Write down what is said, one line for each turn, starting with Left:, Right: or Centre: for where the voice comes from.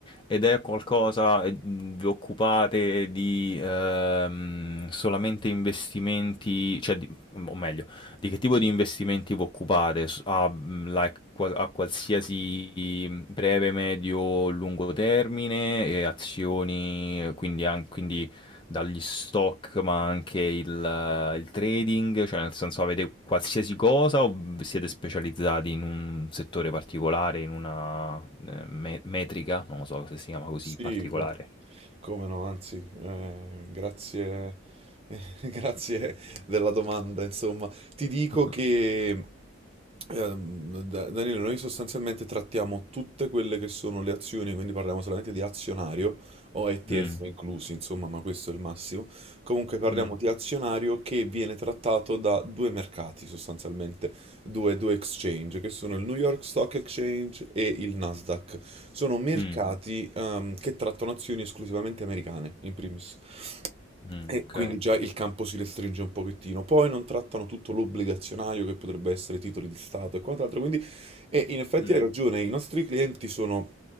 Left: ed è qualcosa ehm, vi occupate di, ehm, solamente investimenti cioè di mhmm, o meglio, di che tipo di investimenti vi occupate? S a, mhmm, like qua a qualsiasi, mhmm, breve, medio, lungo termine e azioni, quindi an quindi dagli stock, ma anche il, eh, il trading, cioè nel senso avete qualsiasi cosa o v- siete specializzati in un settore particolare, in una eh, me- metrica, non lo so se si chiama così,
Right: Sì,
Left: particolare.
Right: co- Come no, anzi, eh, grazie, <laughs> grazie della domanda. Insomma, ti dico
Left: <laughs>
Right: che ehm, Da- Danilo, noi sostanzialmente trattiamo tutte quelle che sono le azioni, quindi parliamo solamente di azionario o ETF
Left: Mm,
Right: inclusi, insomma, ma questo è il massimo. Comunque parliamo
Left: mm,
Right: di azionario che viene trattato da due mercati sostanzialmente due, due exchange, che sono il New York Stock Exchange e il Nasdaq. Sono mercati
Left: mm,
Right: ehm, che trattano azioni esclusivamente americane, in primis.
Left: mm,
Right: E
Left: ok,
Right: quindi già il campo si restringe un pochettino. Poi non trattano tutto l'obbligazionario che potrebbe essere titoli di Stato e quant'altro. Quindi, e in effetti
Left: mm,
Right: hai ragione, i nostri clienti sono